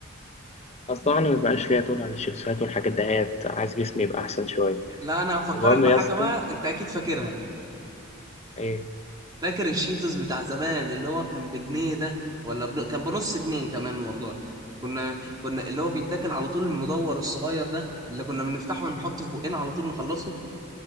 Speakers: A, on the left; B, on the right.
A: بس طبعا ما بقاش ليا طول على الشيبسات والحاجات دهيت عايز جسمي يبقى احسن شويه
B: لا انا هفكرك
A: المهم
B: بحاجة
A: يا اسطى
B: بقى انت اكيد فاكرها
A: ايه
B: فاكر الشيتوس بتاع زمان اللي هو كان بجنيه ده ولا بن... كان بنص جنيه كمان والله كنا كنا اللي هو بيتاكل على طول المدور الصغير ده اللي كنا بنفتحه ونحطه في بقنا على طول نخلصه